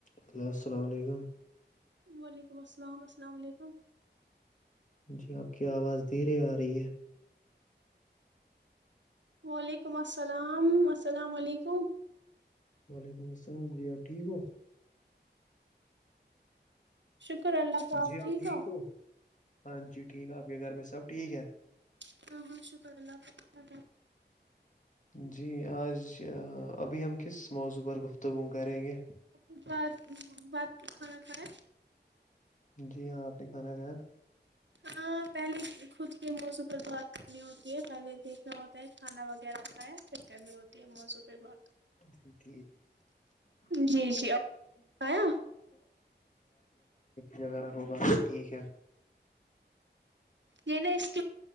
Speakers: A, on the left; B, on the right.
A: hello السلام و علیکم
B: وعلیکم السلام السلام و علیکم
A: جی آپ کی آواز دھیرے آ رہی ہے
B: وعلیکم السلام السلام علیکم
A: وعلیکم السلام جی آپ ٹھیک ہو
B: شکر اللہ کا آپٹھیک
A: جی آپ ٹھیک
B: ہے
A: ہو ہاں جی ٹھیک ہے آپ کے گھر میں سب ٹھیک ہے
B: ہاں ہاں بہت شکر اللہ کا
A: جی آج ابھی ہم کس موضوع پر گفتگو کریں گے
B: آبات بات کھانا کھیں
A: جی ہاں آپ نے کھانا کھایا
B: ہاں پہلے خود کے موضوع پر بات کرنی ہوتی ہے پہلے دیکھنا ہوتا ہے کھانا وغیرہ کھایا پھر کرنی ہوتی ہے موضوع پہ بات
A: <inaudible> ایک
B: جی جی آپ کھایا
A: جگہ ٹھیک ہے
B: یہ نا اس کے